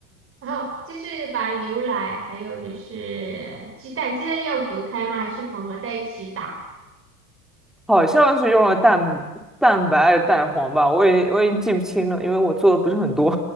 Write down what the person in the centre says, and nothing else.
<laughs> 好像是用了蛋蛋白还是蛋黄吧，我已经我已经记不清了，因为我做的不是很多，